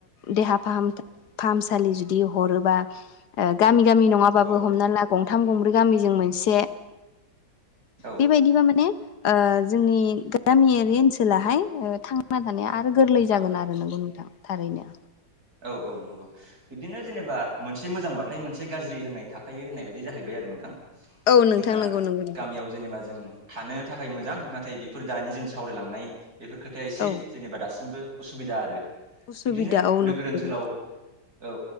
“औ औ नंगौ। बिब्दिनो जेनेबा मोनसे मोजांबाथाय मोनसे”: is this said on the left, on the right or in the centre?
Right